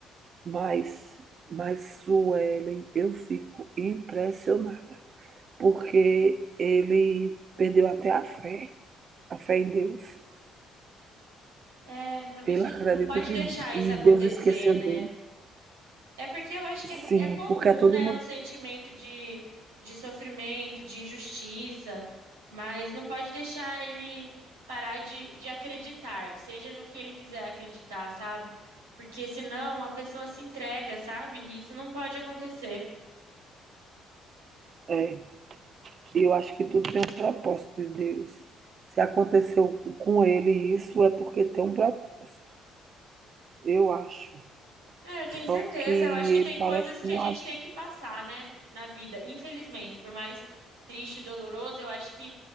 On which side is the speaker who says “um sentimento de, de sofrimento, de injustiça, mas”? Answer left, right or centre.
Right